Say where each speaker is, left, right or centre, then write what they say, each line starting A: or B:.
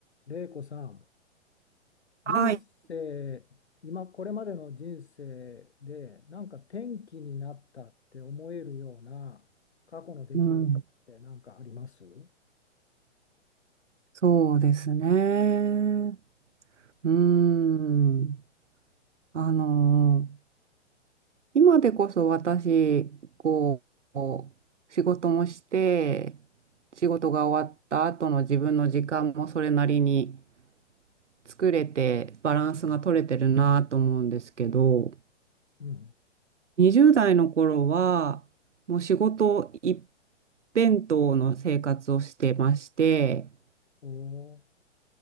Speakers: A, on the left; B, on the right.
A: 玲子さん、人生、
B: はい。
A: 今、これまでの人生で、なんか転機になったって思えるような過去の出来事って何かありますう
B: うん、そうですね。うん。あの、今でこそ私、こう、仕事もして、仕事が終わった後の自分の時間もそれなりに作れて、バランスが取れてるなと思うんですけど、
A: ん。
B: 20代の頃は、もう仕事一辺倒の生活をしてまして、
A: おー